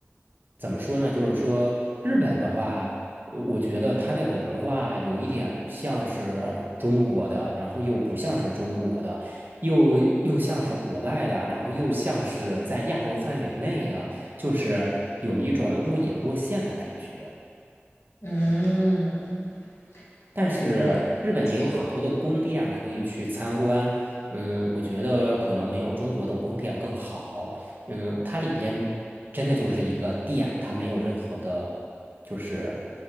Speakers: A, on the right; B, on the left.
A: 怎么说呢？就是说日本的话，呃我觉得它的文化有一点像是中国的，然后又不像是中国的，又又像是国外的，然后又像是在亚洲范围内的，就是有一种若隐若现的感觉。
B: 嗯。
A: 但是日本也有很多的宫殿可以去参观，
B: 感觉挺好。
A: 嗯，我觉得可能没有中国的宫殿更好，嗯，它里边真的就是一个殿，它没有任何的，就是